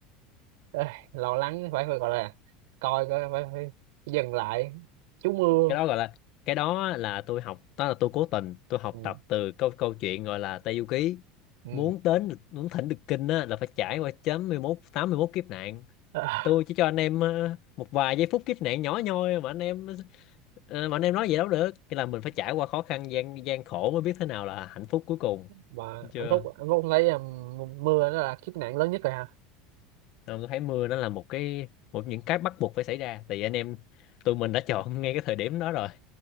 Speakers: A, on the right; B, on the left.
A: ờ, ê, lo lắng phải phải gọi là coi coi phải, phải dừng lại chú mưa
B: cái đó gọi là cái đó là tôi học đó là tôi cố tình tôi học
A: ừ.
B: tập từ câu câu chuyện gọi là Tây Du Ký
A: Ừ.
B: muốn đến muốn thỉnh được kinh á, là phải trải qua 91 81 kiếp nạn
A: À,
B: tôi chỉ cho anh em ờ, một vài giây phút kiếp nạn nhỏ nhoi mà anh em ờ, mà anh em nói vậy đâu được cái là mình phải trải qua khó khăn gian gian khổ mới biết thế nào là hạnh phúc cuối cùng
A: mà
B: Thấy chưa
A: anh Phúc anh Phúc thấy um, mưa đó là kiếp nạn lớn nhất rồi hả
B: Nên tôi thấy mưa nó là một cái một những cái bắt buộc phải xảy ra tại vì anh em tụi mình đã chọn ngay cái thời điểm đó rồi